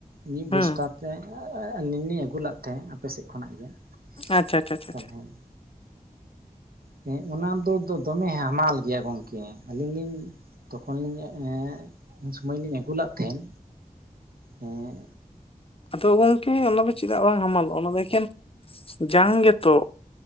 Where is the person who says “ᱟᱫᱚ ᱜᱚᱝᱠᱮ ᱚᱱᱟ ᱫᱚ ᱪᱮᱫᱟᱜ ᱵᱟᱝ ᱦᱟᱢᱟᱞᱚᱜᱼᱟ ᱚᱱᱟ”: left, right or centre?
Left